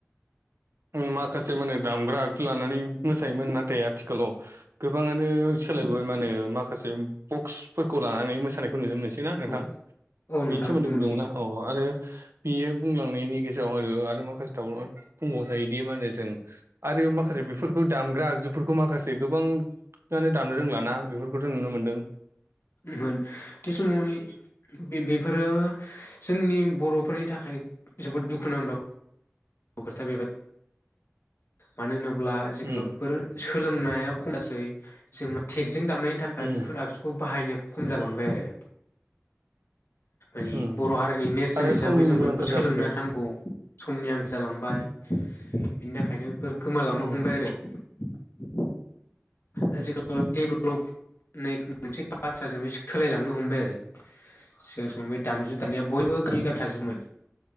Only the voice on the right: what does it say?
माखासे माने दामग्रा आगजु लानानै मोसायोमोन नाथाय आथिखालाव गोबाङानो सोलायबोबाय मा होनो माखासे बक्सफोरखौ लानानै मोसानाय खौ जों नुसैना नोंथां
बेनि सोमोन्दै
बुंदोंमोनना औ आरो बियो बुंलांनायनि गेजेराव आरो आरो माखासे थाबावो बुंबाव जायोदि मा होनो जों आरो माखासे बेफोरखौ दामग्रा आगजुफोरखौ माखासे गोबां नानै दामनो रोंलाना बेफोरखौथ' नुनो मोन्दों
उम
उम
उम
आरो
समनिबो
आंखाल
जाफैबाय
उम
उम